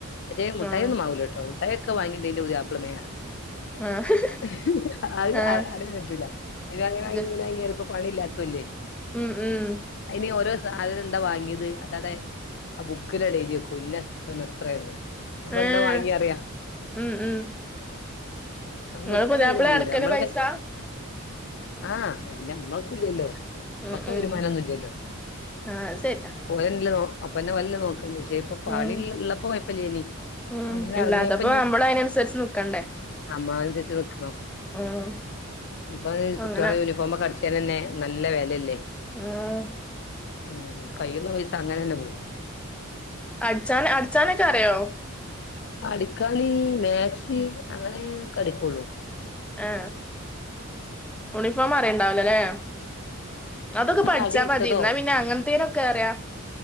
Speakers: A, on the left; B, in the centre.
A: പക്ഷെ മുട്ടായി
B: ആഹ്
A: ഒന്നും വാങ്ങൂല്ല കേട്ടോ മുട്ടായി ഒക്കെ വാങ്ങിമ്പം ന്റെ ഉതിയാക്ല മേയാറ് അത്
B: ആഹ് ആഹ്
A: അ അതൊന്നും പറ്റൂല്ല അത് ഇങ്ങനായി
B: ഇത്
A: അങ്ങനായി അങ്ങേരിപ്പം ഇപ്പൊ അവളില്ലാത്തുവല്ലെ
B: ഉം ഉം
A: അയിന് ഓരോ സാധനം വിടെ വാങ്ങിയത് അതടെ ആ ബുക്കിലടെ എഴുതി വയ്ക്കും ഇന്ന സാധനം ഇത്രയാന്ന് അപ്പൊ
B: ഏഹ്
A: എന്താ വാങ്ങിയ അറിയാം
B: ഉം ഉം ഇങ്ങളെ
A: മുട്ടായി
B: പുതിയാപ്ല
A: തരുവാങ്ങൂല
B: അടക്കല്
A: നമ്മള
B: പൈസ
A: കൈ ആഹ് വ്ല അമ്മാക്ക് ഇല്ലല്ലോ
B: ഉം
A: ഇവൾക്ക്
B: ഉം
A: വരുമാനോന്നും ഇല്ലല്ലോ
B: ആഹ് അത് ശരിയാ
A: <unintelligible> നോക്കേണ്ടി വരും ദേ ഇപ്പ പണി
B: ഉം
A: ഇള്ളപ്പോ കുഴപ്പ ഇല്ലേന്
B: ഉം
A: പണി കുറഞ്ഞപ്പയിനി
B: ഇല്ലാത്തപ്പോ നമ്മള് അയിനനുസരിച്ച് നിക്കണ്ടേ
A: അമ്മതനുസരിച്ച് നിക്കണോ
B: ഉം
A: ഇപ്പൊ കുട്ടികളെ
B: അങ്ങനെ
A: യൂണിഫോമൊക്കെ അടിച് ച്ചാൽ തന്നെ നല്ല വിലയല്ലേ
B: ആഹ്
A: ഉം കൈയൂള്ള പൈസ അങ്ങനെ തന്നെ പോവും
B: അടിച്ചാൻ അടിച്ചാനൊക്കെ അറിയോ
A: അടിക്കാന് മാക്സി അങ്ങനേ ക്ക അടിയ്ക്കൂള്ളു
B: ആ യൂണിഫോം അറിയണ്ടാവലല്ലേ അതൊക്കെ
A: ഒന്ന്
B: പഠിച്ചാ
A: അടി വിട്ടതോ
B: മതിന്നാ പിന്നെ അങ്ങനത്തേനൊക്കെ അറിയ